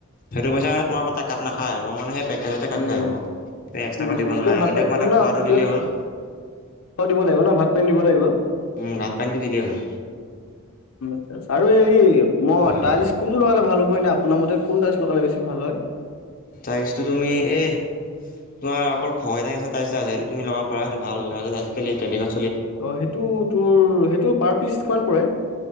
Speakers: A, on the left; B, on the left.
A: সেইটো পইচা তোমাৰ পৰা কাত নাখায় মানে সেই। তেনেতে কাট
B: উম
A: খাই আহ'ব এক্সট্ৰাকৈ
B: বুজিছোঁ
A: দিব
B: বুজিছোঁ
A: নালাগ
B: কিবা ভাত
A: সখন্তক
B: পানী
A: মাত
B: এনে
A: খোৱাটো
B: কিবা
A: দিলেই হ'ল।
B: খোৱা দিব লাগিব ন ভাত পানী দিব লাগিব।
A: উম ভাত পানীটো দিলেই হ'ল।
B: ছ আৰু এই মই
A: হা,
B: টাইলছ কোনটো লগালে ভাল হব এনে আপোনাৰ মতে কোন টাইল লগালে বেছি ভাল হয়
A: টাইলছটো তুমি এই তোমাৰ অকল খহটা নিচিনা টাইলচ এটা আছে সেটো তুমি লগাব পাৰা ভাল আজিকালি ট্টেইনডিঙত চলি আছে
B: অ সেইটো তোৰ সেইটো পাৰ পিচ কিমান পৰে